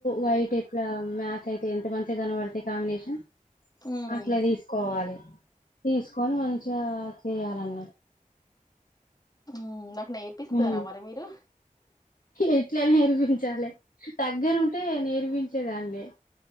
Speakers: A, on the left; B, on the left.
A: వైట్ ఇట్లా మ్యాచ్ అయితే ఎంత మంచి కనపడతా కాంబినేషన్
B: ఉమ్
A: అట్లే తీసుకోవాలి తీసుకొని మంచిగా చేయాలన్నారు
B: ఉమ్ నాకు నేర్పిస్తారా
A: హ్మ్
B: మరి మీరు
A: ఎట్లా నేర్పించాలి దగ్గర ఉంటే నేర్పించేదానే